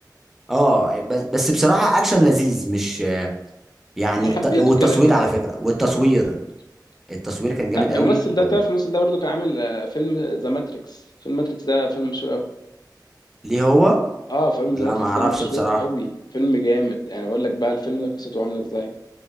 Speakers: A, in the centre; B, on the left (about 65°).
A: اه بس بس بصراحه اكشن لذيذ مش يعني
B: انا حبيته
A: ت- والتصوير
B: كده كده
A: على فكره والتصوير
B: كده كده حبيته
A: التصوير كان جامد
B: تع- الممثل
A: قوي وال...
B: ده تعرف الممثل ده برضو كان عامل آه، فيلم ذا ماتريكس فيلم ماتريكس ده فيلم مشهور قوي
A: ليه هو
B: اه فيلم ذا
A: لا
B: ماتريكس
A: ما اعرفش
B: ده مشهور
A: بصراحه
B: قوي فيلم جامد يعني اقول لك بقى الفيلم ده قصته عامله ازاي